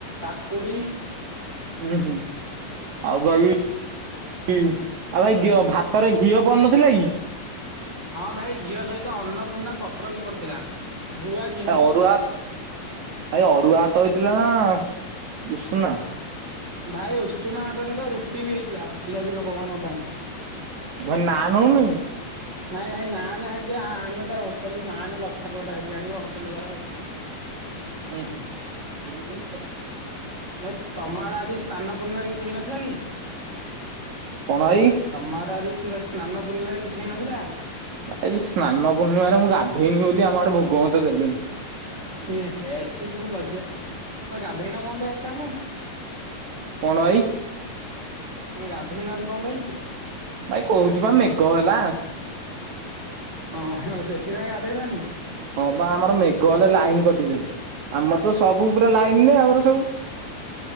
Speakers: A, on the right; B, on the right.
A: କାକୁଡି।
B: ଉଁ ହୁଁ ଆଉ ଦହି ୟୁ ଆଉ ଭାଇ ଘିଅ ଭାତରେ ଘିଅ ପଡି ନଥିଲା କି?
A: ହଁ ଭାଇ ଘିଅ ସହିତ ଅନ୍ନପୂର୍ଣ୍ଣା ପତ୍ର ବି ପଡିଥିଲା ଗୁଆ ଘି
B: ତା ଅରୁଆତ୍ ଭାଇ ଅରୁଆ ହାତ ହେଇଥିଲା ନା ଉଷନା?
A: ଭାଇ ଉଷୁନା ଭାତ ସହିତ ରୁଟି ବି ହେଇଥିଲା ଭି ଆଇ ପି ଲୋକମାନଙ୍କ ପାଇଁ।
B: ତୁମର ଧାନ ହଉନୁ।
A: ନାଇଁ ଭାଇ ନାନେ ଭାଇ କିଏ ଆଣିବ ତାର ହୋଟେଲରୁୁ ନାନେ ଲଛାପରାଟ ହେରିକ ଆଣିବ ହୋଟେଲରୁୁ ତାର ଆଉ।
B: ଉୁଁ ହୁଁ।
A: ଭାଇ ତମ ଆଡେ ଆଜି ସ୍ଥାନ ପୂର୍ଣ୍ଣିମାରେ କିଛି ହେଇନଥିଲା କି?
B: କଣ ଭାଇ?
A: ତମ ଆଡେ ଆଜି ସ୍ନ ସ୍ନାନ ପୂର୍ଣ୍ଣିମାରେ କିଛି ହେଇନଥିଲା?
B: ଆଜି ସ୍ନାନ ପୂର୍ଣ୍ଣିମାରେ ମୁଁ ଗାଧେଇନି ବୋଲି ଆମ ଆଡେ ଭୋଗ ମତ ଦେଲେନି।
A: ଇଏ ହେ ଛି ତୁ ଲଯ୍ୟା ତମେ ଗାଧୋଇନ କଁ ପାଇଁ ଆଜି ତାହେଲେ।
B: କଣ ଭାଇ।
A: ତମେ ଗାଧେଇନ ଆଜି କଁ ପାଇଁ।
B: ଭାଇ କହୁଛି ବା ମେଘ ହେଲା।
A: ହଁ ଓ ସେଥି ପାଇଁ ଗାଧେଇଲନି।
B: ହଁ ବା ଆମର ମେଘ ହେଲେ ଲାଇନ କଟିଯାଏ ଆମର ତ ସବୁ ଉପରେ ଲାଇନରେ ଆମର ସବୁ।